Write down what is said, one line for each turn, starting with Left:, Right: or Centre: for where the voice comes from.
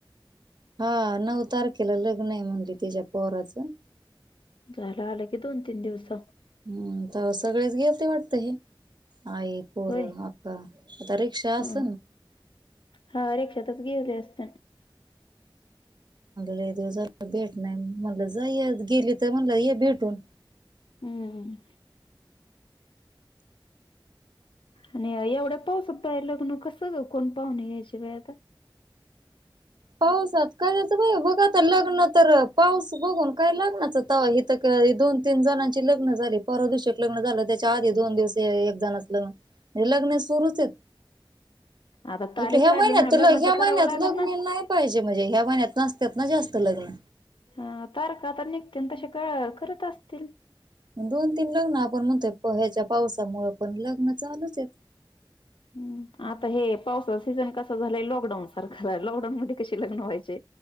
Right: हा नऊ तारखेला लग्न आहे म्हणली तिच्या पोहराचं
Left: झाला आलं की दोन तीन दिवस
Right: हम्म तर सगळेच घेवते वाटत हे आई पोर
Left: होय
Right: अक्का आता रिक्षा अस
Left: हा
Right: ना
Left: हा रिक्षातच गेले असते
Right: ला दिवस भेट नाही मणला जाई गेली तर म्हणला हे भेटून
Left: हम्म आणि एवढ्या पाहसद्धा आहे लग्न कसं कोण पाहुून यायच्या बाय आता
Right: पाऊसात काययचं बा बघा आता लग्न तर पाऊस बघून काय लग्नाचंता इथं दोन तीन जणांची लग्न झाली पर दिवशी एक लग्न झालं त्याच्या आधी दोन दिवस एक जणच लग्न हे लग्न सुरूच आहेत
Left: आता तारीख
Right: हो ह्या
Left: काढली
Right: महिन्यात
Left: म्हणून लग्न
Right: ल ह्या
Left: तर
Right: महिन्यात
Left: करावं लागल
Right: लग्
Left: ना
Right: मि नाही म्हणे ह्या महिन्यात नसत्यात ना जास्त लग्न
Left: हा तर का तर निघते तसे का करत असतील
Right: दोन तीन लग्न आपण म्हणतोय प ह्याच्या पावसामुळं पण लग्न चालूच आहेत
Left: हम्म आता हे पावसाचा सीझन कस झालंय लॉकडाऊन सारखा लॉकडाऊन मध्ये कशी लग्न व्हायचे